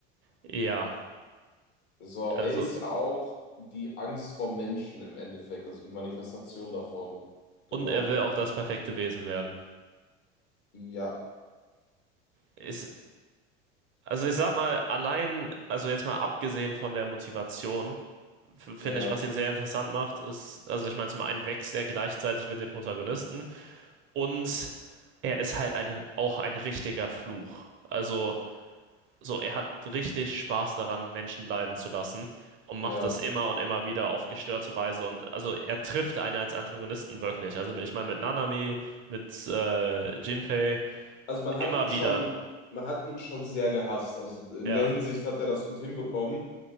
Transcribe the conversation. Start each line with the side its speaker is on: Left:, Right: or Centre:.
Right: Ja,
Left: So,
Right: also
Left: er ist ja auch die Angst vor Menschen im Endeffekt, also die Manifestation davon, glaube
Right: Und er will auch
Left: ich.
Right: das perfekte Wesen werden.
Left: Ja,
Right: Ist, also ich sag mal, allein, also jetzt mal abgesehen von der Motivation, f- finde
Left: ja,
Right: ich, was ihn sehr interessant macht, ist, also ich meine, zum einen wächst er gleichzeitig mit dem Protagonisten und er ist halt ein, auch ein richtiger Fluch. Also so, er hat richtig Spaß daran, Menschen leiden zu lassen und macht
Left: ja.
Right: es immer und immer wieder auf gestörte Weise. Und also er trifft einen als Antagonisten wirklich. Also ich meine, mit Nanami, mit äh, Jinpei,
Left: Also man
Right: immer
Left: hat ihn
Right: wieder.
Left: schon, man hat ihn schon sehr gehasst. Also in
Right: Ja.
Left: der Hinsicht hat er das gut hinbekommen.